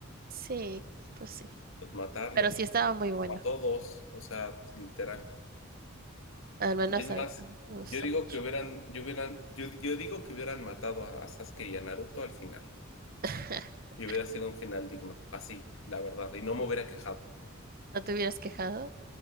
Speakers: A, on the right; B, on the left.
A: sí, pues sí.
B: pues matarlo,
A: Pero sí estaba muy bueno.
B: como a todos, o sea, literal.
A: Al menos
B: Y es
A: a-
B: más,
A: a mí me gustó
B: yo digo
A: mucho.
B: que hubieran, yo hubieran, yo, yo digo que hubieran matado a, Sasuke y a Naruto al final,
A: <laughs>
B: y hubiera sido un final digno, así, la verdad, y no me hubiera quejado.
A: ¿No te hubieras quejado?